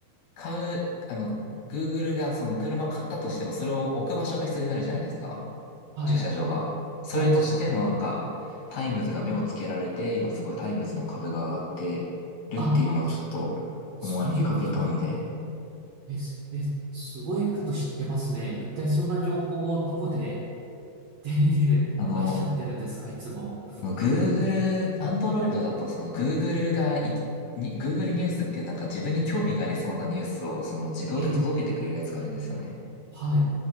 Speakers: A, on the left (about 70°); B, on the right (about 70°).
A: 買う、あの、Google がその車を買ったとしても、それを置く場所が必要になるじゃないですか。
B: はい、
A: 駐車場が。それとしてのなんか、
B: はい、はい。
A: タイムズが目をつけられて、今すごいタイムズの株が上がってるっていうのをちょっと、
B: あ、
A: この前見かけたんで、
B: そういうことか。え、すえ、すごいこと知ってますね。一体そんな情報をどこで手に入れらっしゃってるんですか、
A: あの、
B: いつも。
A: Google、Android だと、その Google がい、に Google ニュースっていうなんか自分に興味がありそうなニュースをその自動で届けてくれるやつがあるんですよね。
B: え、はい。